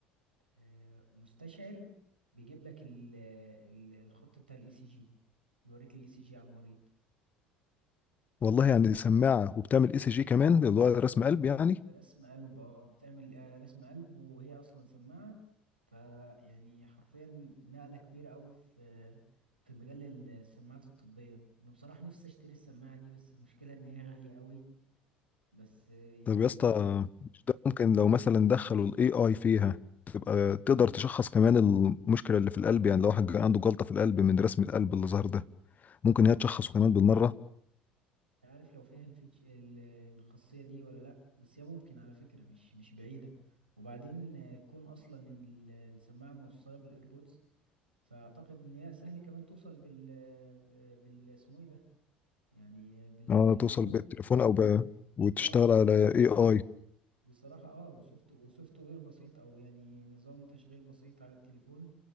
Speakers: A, on the right; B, on the left.
A: آه، مستشعر بيجيب لك ال... ال- الخط بتاع الاي سي جي بيوريك الاي سي جي على المريض
B: والله يعني سماعة وبتعمل اي سي جي كمان اللي هو رسم قلب يعني
A: برسم قلب اه بتعمل آه، رسم قلب وهي اصلا سماعه فيعني حرفيا نقله كبيره قوي في في مجال ال- السماعات الطبيه انا بصراحه نفسي اشتري السماعه دي بس المشكله ان هي غاليه قوي بس آه، يعني
B: طب
A: جميله
B: يا اسطى آه، مش ده ممكن لو مثلا دخلوا الاي اي فيها تبقى تقدر تشخص كمان المشكلة اللي في القلب يعني لو واحد كان عنده جلطة في القلب من رسم القلب اللي ظهر ده ممكن هي تشخصه كمان بالمرة
A: مش عارف لو فيها الفيتش ال- الخاصيه دي ولا لا بس هي ممكن على فكره مش مش بعيده وبعدين آه، كون اصلا ان ال- السماعه موصله بالايربودز فاعتقد ان هي سهل كمان توصل بال بال اسمه ايه ده يعني بالتليفون
B: اه توصل بالتليفون او ب... وتشتغل
A: اه
B: على اي اي
A: بصراحة اه وسوفت وسوفت وير بسيط او يعني نظام تشغيل بسيط على التليفون